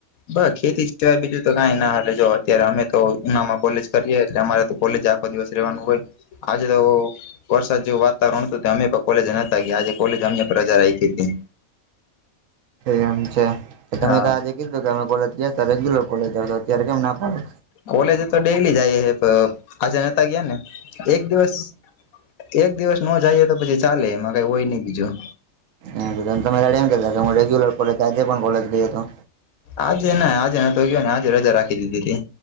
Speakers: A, on the left (about 80°); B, on the right (about 70°).
A: બ ખેતી સિવાય બીજું તો કાઈ ન હાલે જો અત્યારે અમે તો ઉનામાં કોલેજ કરીએ એટલે અમારે કોલેજ આખ દિવસ રેવાનું હોય આજે તો વરસાદ જેવું વાતાવરણ અમે કોલેજ નતા ગયા આજે કોલેજ અમે પ્રજા રાયખીતી
B: એમ છે, તમે
A: હા
B: તો આજે કીધું કે અમે કોલેજ ગયા તો રેગ્યુલર કોલેજ આવ તો અત્યારે કેમ ના પાડો
A: કોલેજ તો ડેલી જાય હે આજ નતા ગયા ને એક દિવસ એક દિવસ ન જાઈએ તો પછી ચાલે એમાં કઈ હોય નહી બીજું
B: એમ તેમ, તમે રેડી હું કરતા તા, હું રેગ્યુલર કોલેજ આજે પણ કોલેજ ગયો તો.
A: આજે ના આજે નતો ગયો ને આજે રજા રાખી દીધીતી